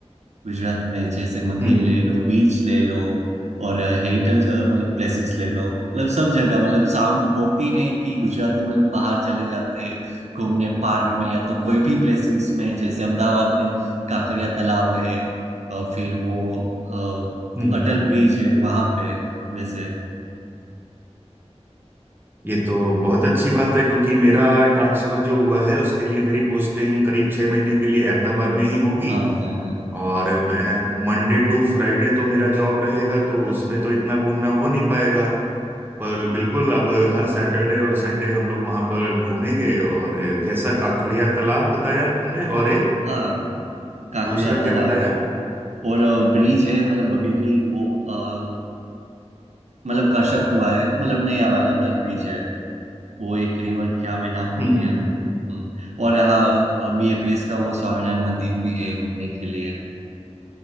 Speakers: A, on the right; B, on the right.
A: गुजरात में जैसे मंदिर
B: हम्म हम्म
A: ले लो बीच ले लो और हेरिटेज मतलब प्लेसेस ले लो मतलब सब जगह मतलब शाम होती नहीं कि गुजराती मतलब बाहर चले जाते घूमने पार्क में या तो कोई भी प्लेसेस में जैसे अहमदाबाद में काकरिया तालाब है और फिर वो अ,
B: हम्म हम्म।
A: अटल ब्रिज है वहां पे वैसे
B: ये तो बहुत अच्छी बात है क्योंकि मेरा ट्रांसफर जो हुआ है उसके लिए मेरी पोस्टिंग करीब छह महीने के लिए अहमदाबाद में ही होगी
A: हाँ हाँ हाँ
B: और मैं मंडे टू फ्राइडे तो मेरा जॉब रहेगा तो उसमें तो इतना घूमना हो नहीं पाएगा पर बिल्कुल अब हर सैटरडे और संडे हम लोग वहां पर घूमेंगे और कैसा काकड़िया तालाब बताया तुमने और एक
A: हाँ काकरिया
B: दूसरा
A: तालाब
B: क्या बताया हम्म
A: और ब्रिज है मतलब अभी भी वो अ, मतलब कंस्ट्रक्ट हुआ है मतलब नया वाला अटल ब्रिज है वो एक रिवर क्या मैं नाम भूल
B: हम्म
A: गया
B: हम्म
A: हम्म, और यहाँ बीएपीएस का वो स्वामीनारायण मंदिर भी है घूमने के लिए